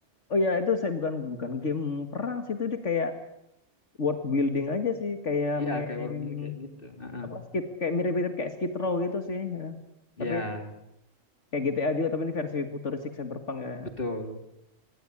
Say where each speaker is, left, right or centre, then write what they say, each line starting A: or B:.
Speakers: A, on the left (about 75°); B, on the left (about 45°).
A: oh ya itu saya bukan bukan game perang sih itu dia kayak world building aja sih, kayak
B: Iya,
A: main
B: kayak World Building kayak gitu. Heeh.
A: apa skit kayak mirip-mirip kayak Skid Row gitu sih. Ya.
B: Ya,
A: Tapi kayak GTA juga tapi ini versi futuristik Cyberpunk ya.
B: betul.